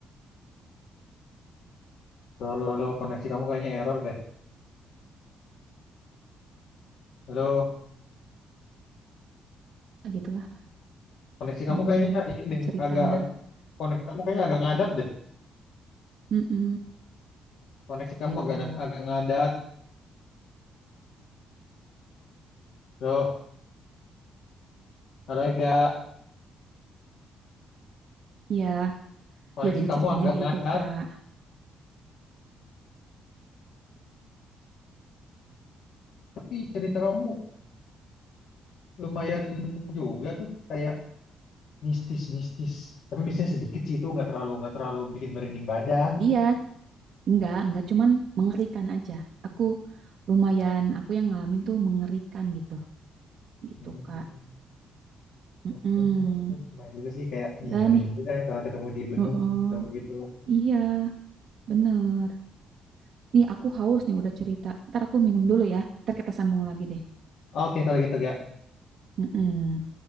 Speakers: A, on the left (about 70°); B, on the right (about 65°).
A: Lo lo lo koneksi kamu kayaknya error deh. Lo
B: gitulah.
A: koneksi kamu
B: Heeh,
A: kayaknya ini deh,
B: ceritanya.
A: agak koneksi kamu kayaknya agak ngadat deh.
B: Mm-mm,
A: Koneksi kamu
B: gitu.
A: agak agak ngadat. Lo ada enggak
B: Ya,
A: koneksi
B: ya jadi
A: kamu
B: ceritanya
A: agak
B: gitu,
A: ngadat.
B: Kak.
A: Tapi cerita kamu lumayan juga tuh kayak mistis-mistis. Tapi mistisnya sedikit sih itu nggak terlalu nggak terlalu bikin merinding badan.
B: Iya, Enggak, enggak, cuman mengerikan aja. Aku lumayan, aku yang ngalamin tuh mengerikan gitu, gitu
A: Hmm.
B: Kak. Mm-mm.
A: Oke, itu lumayan juga sih kayak ih
B: Udah
A: merinding
B: nih,
A: juga kalau ketemu di gunung
B: Heeh.
A: ketemu gitu.
B: Iya, bener. Nih aku haus nih udah cerita. Ntar aku minum dulu ya, ntar kita sambung lagi deh.
A: Oke, kalau gitu gak
B: Mm-mm.